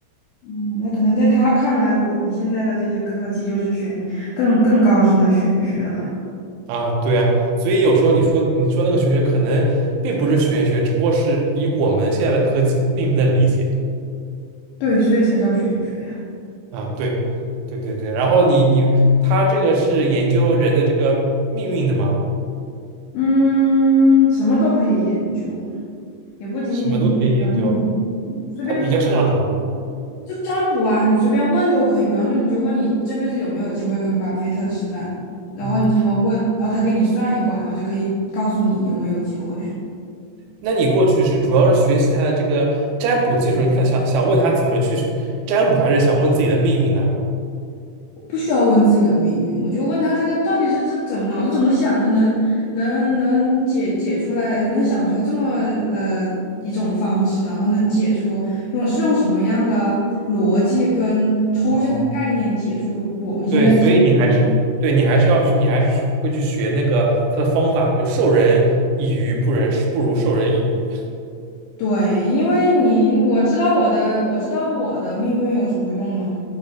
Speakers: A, on the left; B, on the right.
A: 嗯，那可能在他看来，我们现在的这些科技就是玄更更高深的玄学了。
B: 啊，对啊，所以有时候你说你说那个玄学可能并不是玄学，只不过是以我们现在的科技并不能理解
A: 对，所以才叫玄学呀。
B: 啊，对对对对，然后你你他这个是研究人的这个命运的嘛，
A: 嗯，什么都可以研究，也不仅仅是你的生命，
B: 什么都可以研究，
A: 随便
B: 他比较擅长什么？
A: 就占卜啊，你随便问都可以。比方说，你就问你这辈子有没有机会跟巴菲特吃饭，然后你这么问，
B: 嗯。
A: 然后他给你算一卦，然后就可以告诉你有没有机会。
B: 那你过去是主要是学习他的这个占卜技术，看想想问他怎么去占卜，还是想问自己的命运呢？
A: 不需要问自己的命运，我就问他这个到底是这怎么脑子怎么想的，能能能解解出来，能想出来这么呃一种方式，然后能解出用是用什么样的逻辑跟抽象的概念解出我们现在
B: 然后对，所以你还是对你还是要去，你还是去会去学那个他的方法，就授人以鱼不人不如授人以渔。
A: 对，因为你我知道我的我知道我的命运有什么用呢，